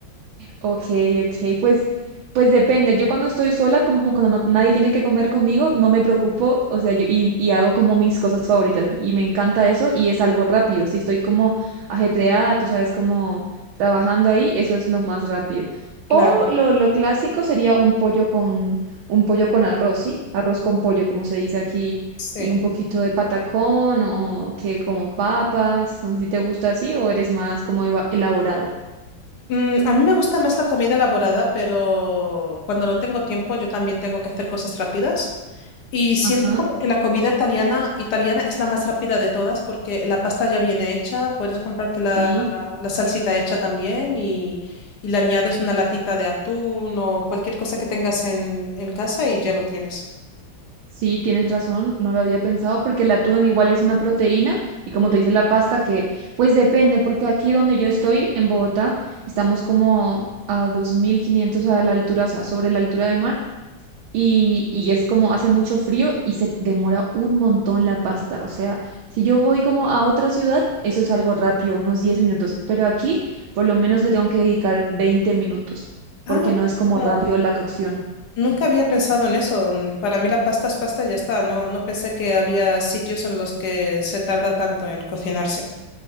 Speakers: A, on the right (about 85°); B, on the left (about 60°).
A: Ok, ok, pues, pues depende. Yo cuando estoy sola, como cuando no- nadie tiene que comer conmigo, no me preocupo, o sea, yo y, y hago como mis cosas favoritas em, y me encanta eso y es algo rápido. Si estoy como ajetreada, tú sabes, como trabajando ahí, eso es lo más rápido.
B: Claro.
A: O lo, lo clásico sería un pollo con un pollo con arroz, ¿sí? Arroz con pollo, como se dice aquí,
B: Sí.
A: y un poquito de patacón o que como papas. No sé si te gusta así o eres más como eva- elaborado.
B: Mm, a mí me gusta más la comida elaborada, pero cuando no tengo tiempo yo también tengo que hacer cosas rápidas. Y siento
A: Ajá,
B: como que la comida italiana, italiana es la más rápida de todas porque la pasta ya viene hecha, puedes comprarte la,
A: sí.
B: la- la salsita hecha también y, y le añades una latita de atún o cualquier cosa que tengas en, en casa y ya lo tienes.
A: Sí, tienes razón, no lo había pensado porque el atún igual es una proteína y como
B: Mm.
A: te dice la pasta que pues depende porque aquí donde yo estoy en Bogotá estamos como a 2500 a la altura, o sea, sobre la altura del mar y, y es como hace mucho frío y se demora un montón la pasta, o sea, si yo voy como a otra ciudad, eso es algo rápido, unos 10 minutos, pero aquí por lo menos le tengo que dedicar 20 minutos
B: Ah,
A: porque no es como
B: no,
A: rápido la cocción.
B: nunca había pensado en eso. Mm, Para mí la pasta es pasta y ya está. No, no pensé que había sitios en los que se tarda tanto en cocinarse.